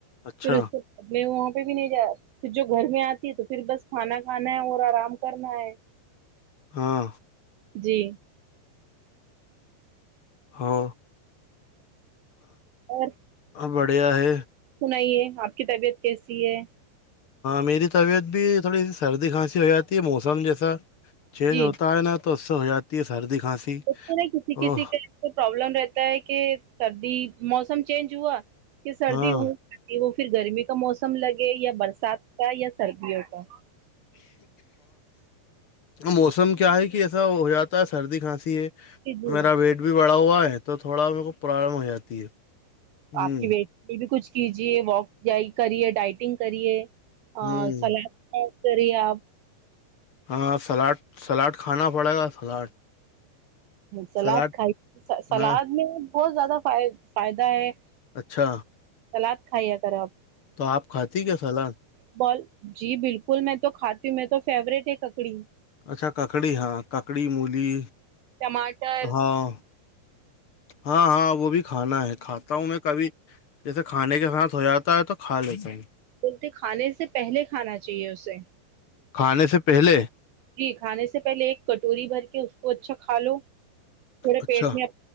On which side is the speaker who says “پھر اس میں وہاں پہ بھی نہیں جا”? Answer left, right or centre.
Right